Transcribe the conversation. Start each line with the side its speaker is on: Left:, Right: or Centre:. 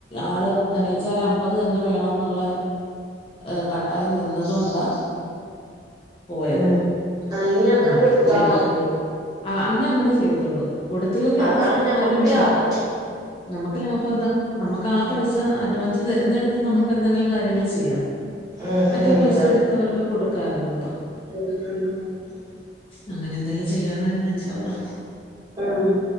Left: ആള് അനുച്ചാര അമ്പത് തന്നെ വേണം ന്നുള്ളേ ഏ കട്ടായ നിന്നത് കൊണ്ടാ പോയത്
Right: ഏ ഇനി അങ്ങനെ
Left: ഉം
Right: കൊടുത്താതി
Left: അല്ല ആ ഇനി അങ്ങനെ ചെയ്യത്തോള്ളൂ കൊടുത്തില്ലെങ്കിൽ
Right: അതാണ്
Left: അടച്ചിട്ടിരുന്നാലും
Right: ഞമ്മക്ക്
Left: ഇഞ്ഞി
Right: ലാഭം
Left: അ നമുക്ക് ലാഭം അതാ നമുക്ക് ആ പൈസ അഡ്വാൻസ് തര്ന്നെട്ത്ത് നമുക്ക് എന്തെങ്കിലും കാര്യങ്ങൾ ചെയ്യാം.
Right: ഉം
Left: മറ്റേ
Right: ഉം
Left: പൈസ
Right: അതാ
Left: എടുത്ത് അവർക്ക് കൊടുക്കാറാണ്മ്പം.
Right: <unintelligible>
Left: അങ്ങനെ എന്തായാലും ചെയ്യാന്ന് <unintelligible> ഇൻഷാ അള്ളാ.
Right: ഉം